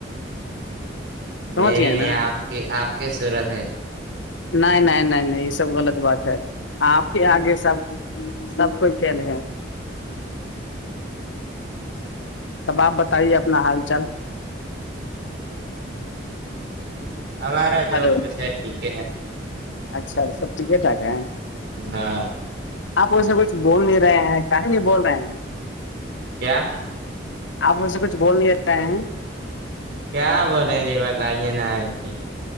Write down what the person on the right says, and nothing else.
میری
نہیں
آپ کی آپ کی صورت ہے
ہمارا جو
کچھ ہے ٹھیک ہے ہے
ہاں
کیا
کیا بول رہے جی بتائیے نا ہےئے ت